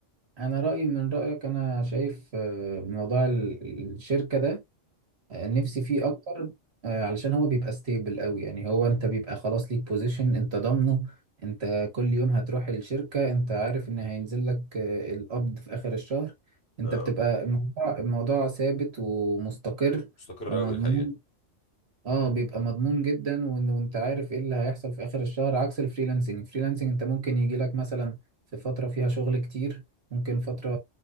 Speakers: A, on the right; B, on the left.
A: انا رايي من رايك انا شايف أه، موضوع ال- الشركه ده آه، نفسي
B: امم
A: فيه اكتر آه، علشان هو بيبقى ستيبل قوي يعني هو انت بيبقى خلاص ليك بوزيشن انت ضامنه انت كل يوم هتروح الشركة انت عارف ان هينزل لك آه، القبض في اخر الشهر انت
B: اه
A: بتبقى الموضوع الموضوع ثابت ومستقر
B: مستقر
A: ومضمون
B: قوي الحقيقة
A: اه بيبقى مضمون جدا وإن- وانت عارف ايه اللي هيحصل في اخر الشهر عكس الفريلانسنج الفريلانسنج انت ممكن يجي لك مثلا في فترة فيها شغل كتير ممكن فترة